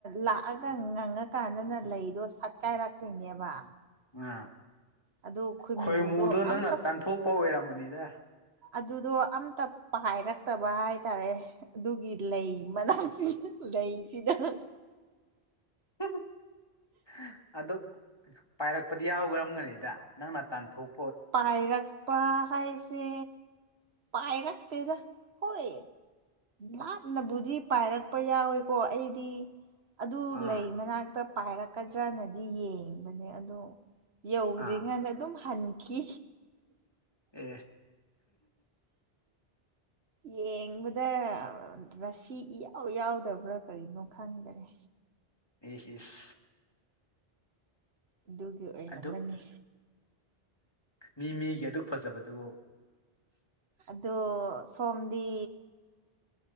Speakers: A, on the right; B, on the left.
A: ꯂꯥꯛꯑꯒ ꯉꯪꯉꯀꯥꯟꯗꯅ ꯂꯩꯗꯣ ꯁꯠꯀꯥꯏꯔꯛꯇꯣꯏꯅꯦꯕ
B: ꯎꯥ
A: ꯑꯗꯨ
B: ꯈꯣꯏꯃꯨꯗꯣ ꯅꯪꯅ
A: ꯑꯝꯇ
B: ꯇꯥꯟꯊꯣꯛꯄ ꯑꯣꯏꯔꯝꯃꯅꯤꯗ
A: ꯑꯗꯨꯗꯣ ꯑꯝꯇ ꯄꯥꯏꯔꯛꯇꯕ ꯍꯥꯏꯇꯥꯔꯦ ꯑꯗꯨꯒꯤ ꯂꯩ ꯃꯅꯥꯛ ꯂꯩꯁꯤꯗ
B: ꯍ ꯍꯣ <unintelligible> ꯑꯗꯨ ꯄꯥꯏꯔꯛꯄꯗꯤ ꯌꯥꯎꯒꯔꯝꯒꯅꯤꯗ ꯅꯪꯅ ꯇꯥꯟꯊꯣꯛ
A: ꯄꯥꯏꯔꯛꯥꯛꯄ ꯈꯥꯏꯁꯦ ꯄꯥꯏꯔꯛꯇꯦꯗꯥ ꯍꯣꯏ ꯌꯥꯝꯅꯕꯨꯗꯤ ꯄꯥꯏꯔꯛꯄ ꯌꯥꯎꯋꯦꯀꯣ ꯑꯩꯗꯤ ꯑꯗꯨ
B: ꯑꯥ
A: ꯂꯩ ꯃꯅꯥꯛꯇ ꯄꯥꯏꯔꯛꯀꯗ꯭ꯔꯅꯗꯤ ꯌꯦꯡꯕꯅꯦ ꯑꯗꯣ ꯌꯧꯗ꯭ꯔꯤꯉꯩꯗ
B: ꯑꯥ
A: ꯑꯗꯨꯝ ꯍꯟꯈꯤ
B: ꯑꯦ
A: ꯌꯦꯡꯕꯗ ꯔꯁꯤ ꯏꯌꯥꯎ ꯌꯥꯎꯗꯕ꯭ꯔꯥ ꯀꯔꯤꯅꯣ ꯈꯪꯗꯔꯦ
B: ꯏꯁ ꯏꯁ
A: ꯑꯗꯨꯒꯤ ꯑꯣꯏꯔꯝꯃꯅꯤ
B: ꯑꯗꯨꯛ ꯃꯤ ꯃꯤꯒꯤ ꯑꯗꯨꯛ ꯐꯖꯕꯗꯨꯕꯨ
A: ꯑꯗꯣ ꯁꯣꯝꯗꯤ